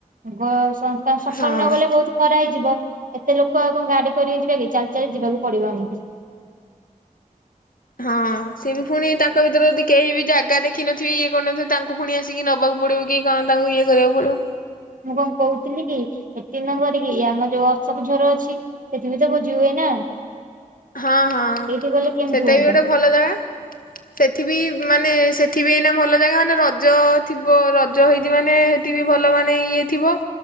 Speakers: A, on the right; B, on the left.
A: ଗସ ସକାଳୁ
B: ହଁ।
A: ନ ଗଲେ ବହୁତ ଖରା ହେଇଯିବ ଏତେ ଲୋକ ଆଉ କଣ ଗାଡି କରିକି ଯିବେ କି ଚାଲି ଚାଲି ଯିବାକୁ ପଡିବ ଆମକୁ।
B: ହଁ ସ ବି ପୁଣି ତାଙ୍କ ଭିତରେ ଯଦି କେହି ବି ଜାଗା ଦେଖିନଥିବେ ଇଏ କରୁନଥିବ ତାଙ୍କୁ ପୁଣି ଆସି କିିକି ନେବାକୁ ପଡିବ କି କଣ ତାଙ୍କୁ ଇଏ କରିବାକୁ ପଡିବ।
A: ମୁଁ କଣ କହୁଥିଲି କି ଏତି ନ କରରିକି ଆମର ଯୋଉ ଅଶୋକ ଝର ଅଛି। ସେଠିବି ତ ଭୋଜି ହୁଏ ନା।
B: ହଁ ହଁ
A: ସେଇଠି ଗଲେ କେମିତି
B: ସେଟା
A: ହୁଅନ୍ତା
B: ବି ଗୋଟେ ଭଲ ଜାଗା। ସେଠ ବି ମାନେ ସେଠ ବି ଏଇନା ଭଲ ଜାଗା। ମାନେ ରଜ ଥିବ ରଜ ହେଇଛି ମାନେ ଟିଭି ଭଲ ମାନ ଇଏ ଥିବ।